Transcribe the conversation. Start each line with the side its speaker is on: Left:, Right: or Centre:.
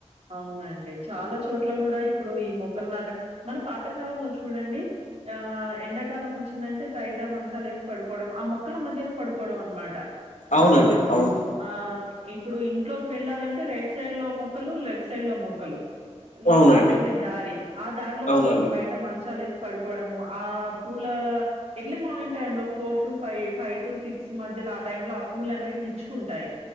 Right: అవునండి చాలా చోట్ల కూడా ఇప్పుడు ఈ మొక్కలు నాట మన పాతకాలంలో చూడండి ఆ ఎండాకాలం వచ్చిందంటే బయట ట మంచాలేసి పడుకోవడం ఆ మొక్కల మధ్యలో పడుకోవడం అన్మాటా.
Left: అవునండి
Right: చాలా వరకు
Left: అవును
Right: ఆ ప్చ్ ఇప్పుడూ ఇంట్లోకి వెళ్ళాలంటే రైట్ సైడ్ లో మొక్కలు లెఫ్ట్ సైడ్ లో మొక్కలు. లోపలికి
Left: అవునండి
Right: వెళ్ళే దారి ఆ దారిలో కొంచెం
Left: అవునండి
Right: బయట మంచాల్ ఏస్ పడుకోవడము ఆ పూలా ఎర్లీ మార్నింగ్ టైమ్ లో four two five five two six మధ్య లో ఆ టైం లో ఆ పూల అనేవి విచ్చుకుంటాయి